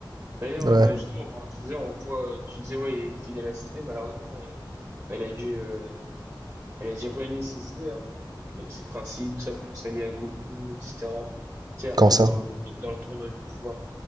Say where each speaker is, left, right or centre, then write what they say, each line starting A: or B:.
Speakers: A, on the right; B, on the right.
A: D'ailleurs,
B: Ouais.
A: euh, bah, justement, en parlant de Freezer, on voit, euh, tu disais, ouais, il est fidèle à ses idées, malheureusement, euh, bah, il a dû, euh, elle a dû renier ses idées, hein. Donc ses principes, tout ça pour s'allier à Goku, etc. Tu sais, après,
B: Quand ça?
A: dans le, dans le tournoi du pouvoir,